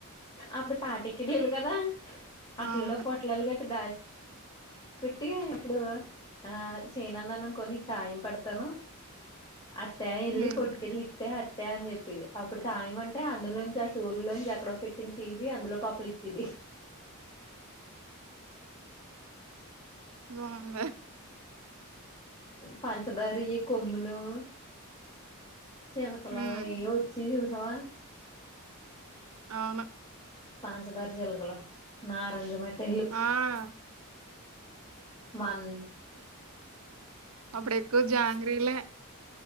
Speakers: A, on the left; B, on the right.
A: అప్పుడే తాటికి <unintelligible> కదా అట్లలో
B: అవును.
A: పొట్లాలు కట్టి దా ఫిట్టిగా ఎప్పుడు ఆ చేయనున్నాను కొన్ని కాయం పడతాను అట్టే ఎల్లి
B: హ్మ్.
A: కొట్టుకెళ్ళి త్తె అట్లే అని చెప్పిది అప్పుడు తాయం అంటే అందులో నుంచి ఆ సూర్లో నుంచి ఎక్కడో పెట్టింది తీసి అందులో పపులు ఇచ్చిది
B: బాబ
A: పంచదారి కొమ్మలో చినకలా
B: హ్మ్.
A: అయ్యో వచ్చి సవా
B: అవును
A: పాంచ్ హజార్ జలగలు నారంజి మిట్టాయ్లు
B: ఆ!
A: మన్
B: అప్పుడు ఎక్కువ జాంగ్రిలే